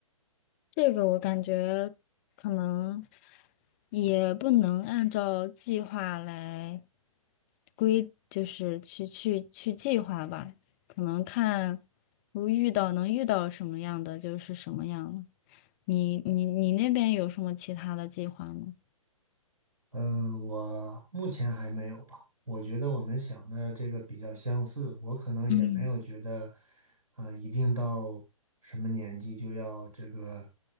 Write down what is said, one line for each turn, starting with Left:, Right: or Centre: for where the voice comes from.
Left: 这个我感觉可能也不能按照计划来规，就是去去去计划吧，可能看如遇到能遇到什么样的就是什么样了。你你你那边有什么其他的计划吗？
Right: 嗯，呃我目前还没有吧。我觉得我们想的这个比较相似，我可能也没有觉得，
Left: 嗯
Right: 呃，一定到什么年纪就要这个，